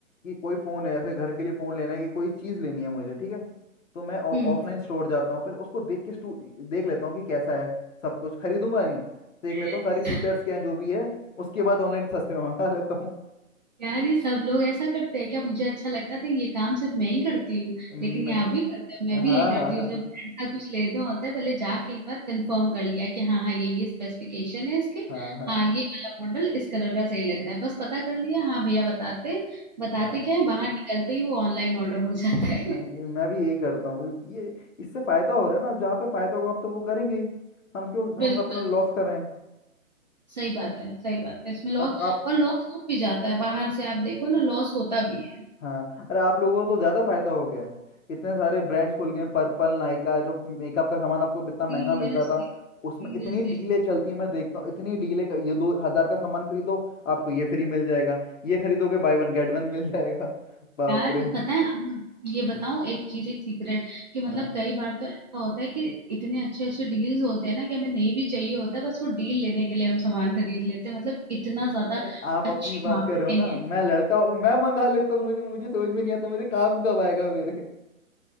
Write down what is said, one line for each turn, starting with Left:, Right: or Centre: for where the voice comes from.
Left: कि कोई फ़ोन है ऐसे घर के लिए फ़ोन लेना है कि कोई चीज़ लेनी है मुझे ठीक है तो मैं ऑफलाइन
Right: हम्म
Left: स्टोर जाता हूँ पहले उसको देख के स्टू- देख लेता हूँ कि कैसा है सब कुछ खरीदूंगा नहीं देख
Right: <laughs>
Left: लेता हूँ सारी फीचर्स क्या हैं जो भी है उसके बाद ऑनलाइन सस्ते में मंगा <laughs> लेता हूँ
Right: यार ये सब लोग ऐसा करते हैं क्या मुझे अच्छा लगता था ये काम सिर्फ मैं ही करती हूँ
Left: मैं-
Right: लेकिन ये आप भी करते हो मैं भी
Left: हाँ
Right: यही करती
Left: हाँ हाँ
Right: हूँ जब ऐसा कुछ लेना होता है पहले जाके एक बार कंफर्म कर लिया कि हाँ हाँ ये ये स्पेसिफिकेशन है इसके
Left: हाँ हाँ हाँ
Right: हाँ ये वाला मॉडल इस कलर का सही लग रहा है बस पता कर लिया हाँ भैया बताते बताते
Left: हाँ,
Right: क्या है बाहर निकलते ही वो ऑनलाइन ऑर्डर हो जाता है
Left: हाँ,
Right: <laughs>
Left: मैं भी यही करता हूँ ये इससे फायदा हो रहा है ना जहाँ पे फायदा होगा हम तो वो करेंगे ही हम क्यों
Right: बिल्कुल
Left: हम अपना लॉस कर रहे हैं
Right: सही बात है सही बात है इसमें लॉस
Left: अब आप
Right: और लॉस हो भी जाता है बाहर से आप देखो ना लॉस होता भी है
Left: हाँ अरे आप लोगों को तो ज़्यादा फायदा हो गया है इतने सारे ब्रांड्स खुल गए हैं पर्पल नायका जो मेकअप का सामान आपको इतना
Right: सीरियसली
Left: महंगा मिलता था
Right: सीरियसली
Left: उसमें इतनी डीलें चलती है मैं देखता हूँ इतनी डीलें क- ये दो हजार का सामान खरीदो आपको ये फ्री मिल जाएगा ये खरीदोगे बाय वन गेट वन मिल जाएगा <laughs> बाप
Right: यार
Left: रे
Right: पता है हम ये बताऊं
Left: हाँ
Right: एक चीज एक सीक्रेट कि मतलब
Left: हाँ।
Right: कई बार तो ऐसा होता है कि इतने अच्छे अच्छे डील्स होते हैं ना कि हमें नहीं भी चाहिए होता है बस वो डील लेने के लिए हम सामान खरीद लेते हैं मतलब इतना ज्यादा
Left: अरे आप
Right: अच्छी
Left: अपनी बात
Right: मार्केटिंग
Left: कर रहे हो ना
Right: है
Left: मैं लड़का हूँ मैं मंगा लेता हूँ मुझे मुझे समझ में नहीं आता मुझे काम कब आएगा मेरे